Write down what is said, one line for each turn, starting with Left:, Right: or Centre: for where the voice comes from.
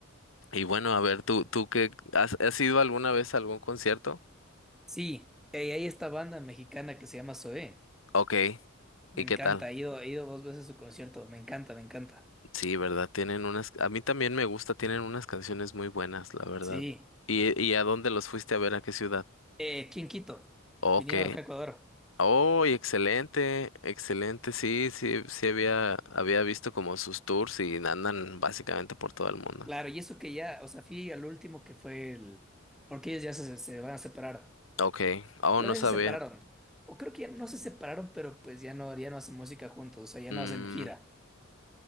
Left: y bueno, a ver, ¿tú, tú qué, has, has ido alguna vez a algún concierto?
Centre: Sí, ey, hay esta banda mexicana que se llama Zoé.
Left: Ok,
Centre: Me
Left: ¿y
Centre: encanta,
Left: qué tal?
Centre: he ido, he ido dos veces a su concierto. Me encanta, me encanta.
Left: Sí, ¿verdad? Tienen unas, a mí también me gusta, tienen unas canciones muy buenas, la verdad.
Centre: Sí.
Left: ¿Y, y a dónde los fuiste a ver? ¿A qué ciudad?
Centre: Eh, ¿quién Quito?
Left: Ok.
Centre: Vinieron acá a Ecuador.
Left: Oh, y excelente, excelente, sí, sí, sí había, había visto como sus tours y andan básicamente por todo el mundo.
Centre: Claro, y eso que ya, o sea, fui al último que fue el. Porque ellos ya se, se van a separar.
Left: Ok, oh,
Centre: Bueno,
Left: no
Centre: ya
Left: sabía.
Centre: se separaron. O creo que ya no se separaron, pero pues ya no, ya no hacen música juntos, o sea, ya
Left: Mm,
Centre: no hacen gira.